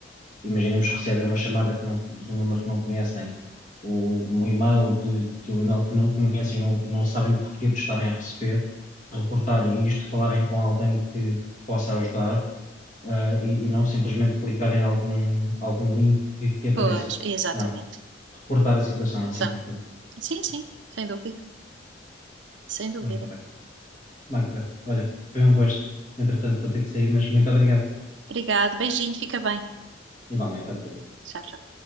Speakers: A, on the left; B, on the right.
A: imaginemos que recebem uma chamada que não- de um número que não conhecem, ou um e-mail de, de um e-mail que não conhecem e não, e não sabem porquê de estarem a receber, reportarem isto, falarem com alguém que possa ajudar, ah, e, e não simplesmente clicarem em algum, algum link que, que apareça.
B: Pois, exatamente.
A: Não, reportar a situação acima
B: São.
A: de tudo.
B: Sim, sim, sem dúvida, sem dúvida.
A: Muito bem. Magda, olha, foi um gosto. Entretanto, vou ter que sair, mas muito obrigado.
B: Obrigada, beijinho, fica bem.
A: Igualmente, obrigado.
B: Tchau, tchau.